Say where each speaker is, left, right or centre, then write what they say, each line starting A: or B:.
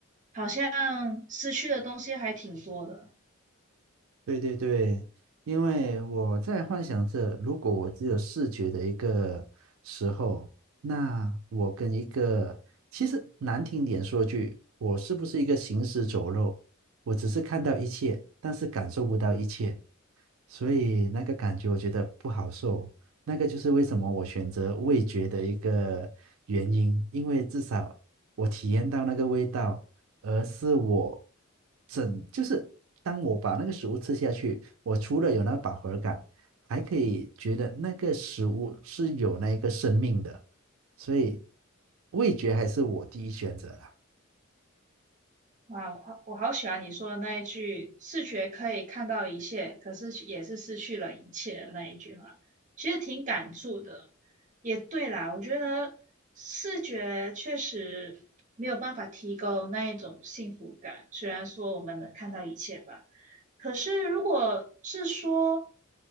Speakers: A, on the right; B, on the right.
A: 好像失去的东西还挺多的。
B: 对对对，因为我在幻想着，如果我只有视觉的一个时候，那我跟一个，其实难听点说句，我是不是一个行尸走肉？我只是看到一切，但是感受不到一切，所以那个感觉我觉得不好受。那个就是为什么我选择味觉的一个原因，因为至少我体验到那个味道。而是我整，就是当我把那个食物吃下去，我除了有那个饱和感，还可以觉得那个食物是有那一个生命的，所以味觉还是我第一选择啦。
A: 哇，我好我好喜欢你说的那一句“视觉可以看到一切，可是也是失去了一切”的那一句话，其实挺感触的。也对啦，我觉得视觉确实没有办法提供那一种幸福感，虽然说我们能看到一切吧，可是如果是说